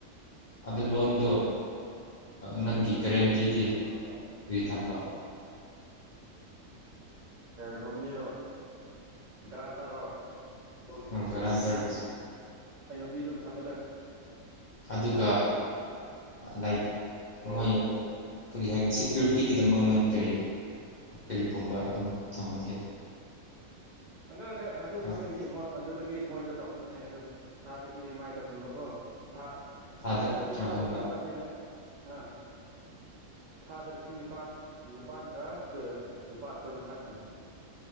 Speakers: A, on the left; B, on the right.
A: ꯑꯗꯨ ꯂꯣꯟꯗꯨ ꯅꯪꯒꯤ ꯒꯔꯦꯟꯇꯤꯗꯤ ꯀꯔꯤ ꯊꯝꯕ
B: ꯑ ꯅꯣꯃꯤꯅꯤꯔꯣ ꯒꯔꯥꯟꯇ꯭ꯔ ꯔꯣ
A: ꯍꯪꯀꯔꯥꯟꯇꯔ ꯗꯣ
B: ꯑꯩ ꯅꯨꯄꯤ ꯑꯗꯨꯝ ꯊꯝꯃꯦꯗ
A: ꯑꯗꯨꯒ ꯂꯥꯏꯛ ꯃꯣꯏ ꯀꯔꯤ ꯍꯥꯏꯅꯤ ꯁꯦꯀ꯭ꯌꯨꯔꯤꯇꯤꯒꯤꯗꯃꯛ ꯅꯪ ꯀꯔꯤ ꯀꯔꯤ ꯄꯨꯝꯕ ꯑꯗꯨꯝ ꯊꯝꯍꯟꯒꯦ
B: ꯍꯟꯗꯥꯏ ꯑꯗꯨ
A: ꯍꯥꯏꯕ
B: ꯈꯪꯗꯦ ꯃꯤ ꯃ ꯑꯗꯨ ꯑꯗꯨꯒꯤ ꯃꯣꯏꯗ ꯇꯧꯍꯟꯕꯅꯦ ꯑꯗꯨꯝ ꯊꯥꯗ ꯏ ꯃꯥꯏꯗ ꯍꯨꯟꯕꯀꯣ ꯊꯥ
A: ꯊꯥꯗ
B: ꯆꯍꯤ
A: ꯀꯌꯥ
B: ꯑꯃꯗ
A: ꯍꯨꯟꯕ
B: ꯂꯣꯏꯁꯤꯟꯕ ꯑꯩꯅ ꯍꯥ ꯊꯥꯗ ꯂꯤꯁꯤꯡ ꯅꯤꯄꯥꯜ ꯅꯤꯄꯥꯜꯒ ꯂꯨꯄꯥ ꯇ꯭ꯋꯦꯟꯇꯤ ꯐꯥꯏꯚ ꯐꯪꯉꯦ